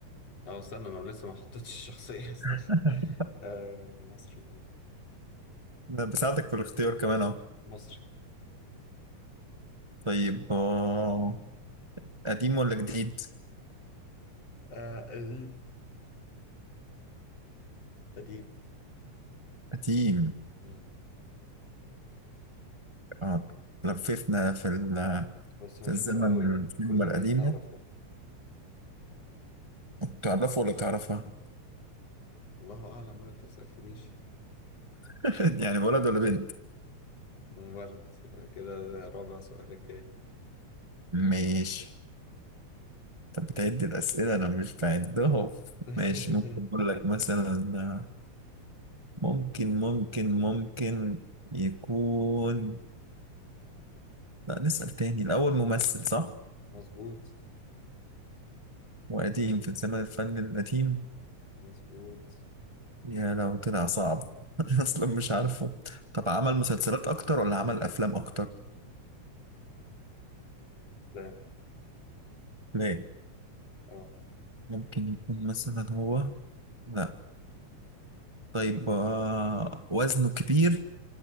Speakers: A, on the left (about 55°); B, on the right (about 20°).
A: اه استنى انا لسه ما حطيتش الشخصية <laughs> استنى
B: <laughs>
A: آه مصري
B: أنا بساعدك في الاختيار كمان أهو
A: مصري
B: طيب اه قديم ولا جديد؟
A: آه قديم قديم
B: قديم
A: مم.
B: اه لففنا في ال
A: بس
B: في
A: مشهور
B: الزمن
A: قوي يعني
B: الكلمة
A: كل الناس
B: القديمة
A: تعرفه
B: تعرفه ولا تعرفها؟
A: الله اعلم بقى انت ما سألتنيش
B: <laughs> يعني ولد ولا بنت؟
A: ولد يبقى كده رابع سؤال الجاي
B: ماشي طب بتعد الأسئلة أنا مش بعدهم
A: <laughs>
B: ماشي ممكن أقول لك مثلا آه، ممكن ممكن ممكن يكون لا نسأل تاني الأول ممثل صح
A: مظبوط
B: وقديم في زمن الفن القديم
A: مظبوط
B: يا لو طلع صعب <laughs> أصلا مش عارفه طب عمل
A: <laughs>
B: مسلسلات أكتر ولا عمل أفلام أكتر
A: لا
B: لا
A: اه
B: ممكن يكون مثلا هو لا طيب آه، وزنه كبير